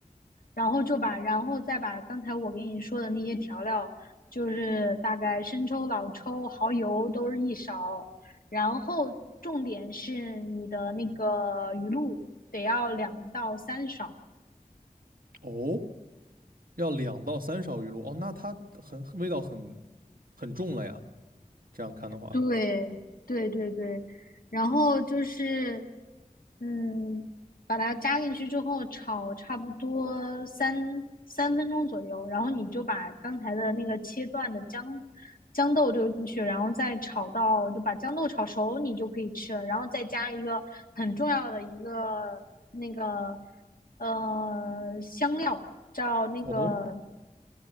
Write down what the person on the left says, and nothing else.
然后就把然后再把刚才我给你说的那些调料，就是大概生抽、老抽、蚝油都是一勺，然后重点是你的那个鱼露得要两到三勺，
对对对对，然后就是，嗯，把它加进去之后炒差不多三三分钟左右，然后你就把刚才的那个切断的姜姜豆丢进去，然后再炒到就把姜豆炒熟，你就可以吃了。然后再加一个很重要的一个那个呃香料，叫那个